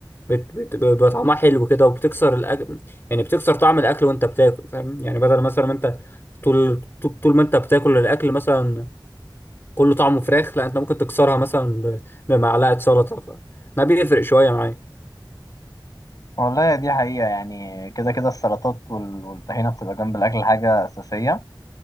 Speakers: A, on the left; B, on the left.
A: بت- بت- بيبقى طعمها حلو كده وبتكسر الأكل يعني بتكسر طعم الاكل وانت بتاكل فاهم يعني بدل مثلا ما انت طول طول طول ما انت بتاكل الاكل مثلا كله طعمه فراخ لا انت ممكن تكسرها مثلا ب- بمعلقه سلطه ف ده بيفرق شويه معايا
B: والله دي حقيقة يعني كده كده السلطات وال- والطحينة بتبقى جنب الأكل حاجة أساسية